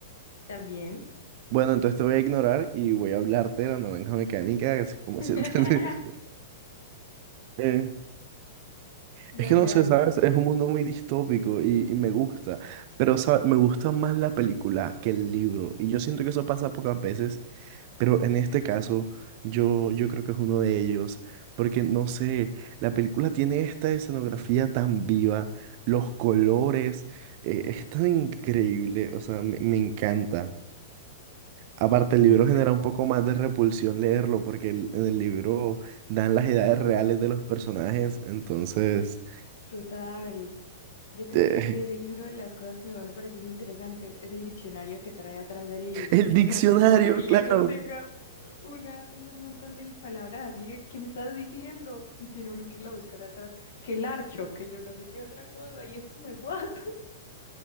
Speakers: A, on the left; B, on the right.
A: También.
B: Bueno, entonces te voy a ignorar y voy a hablarte de La Naranja Mecánica, así como
A: <laughs>
B: así. <laughs> Eh,
A: Dale,
B: Es que no sé,
A: dale.
B: ¿sabes? Es un mundo muy distópico y, y me gusta, pero ¿sabes? me gusta más la película que el libro y yo siento que eso pasa pocas veces, pero en este caso yo, yo creo que es uno de ellos, porque no sé, la película tiene esta escenografía tan viva, los colores, eh, es tan increíble, o sea, me, me encanta. Aparte,
A: Ujú,
B: el libro genera
A: pe-
B: un poco más de repulsión leerlo, porque el- en el libro dan las edades reales de los personajes, entonces...
A: Total. Yo creo
B: eh,
A: que de ese libro de las cosas que más me parecieron interesantes es el diccionario que trae atrás del libro.
B: El
A: O
B: diccionario,
A: sea, como que todo el libro
B: claro.
A: tenga una, un montón de palabras así de ¿qué me estás diciendo? Y tiene uno que ir a buscar atrás, que el archo, que yo no sé qué otra cosa, y es como de what? <laughs>